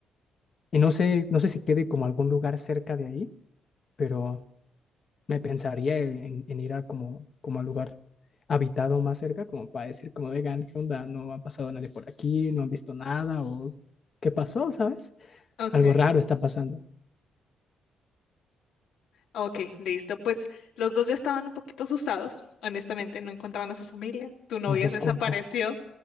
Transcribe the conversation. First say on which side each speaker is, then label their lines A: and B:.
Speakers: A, on the left (about 35°); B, on the left (about 75°).
A: y no sé, no sé si quede como algún lugar cerca de ahí, pero... me pensaría en, en ir a como, como al lugar habitado más cerca, como para decir, como, vegan, ¿qué onda? No ha pasado nadie por aquí, no han visto nada, o ¿qué pasó, sabes?
B: Okay.
A: Algo raro está pasando.
B: Okay, listo. Pues los dos ya estaban un poquito asustados, honestamente, no encontraban a su familia, tu novia
A: No los
B: desapareció,
A: culpo.